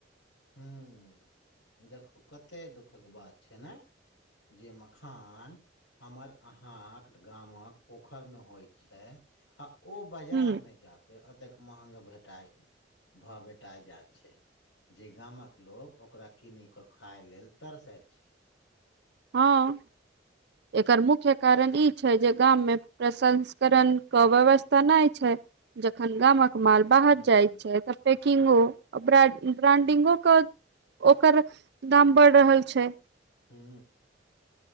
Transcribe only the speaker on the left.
हू। देखू कते दुख कऽ बात छै ने जे मखान हमर अहाँकेँ गामक पोखरिमे होइ छै आ ओ बजार
मे जाके अतेक महग भेटाय। भेटाय जात छै जे गाम कऽ लोकोग ओकरा किन कऽ खाय लेल तरसैत छी।
हूं
हू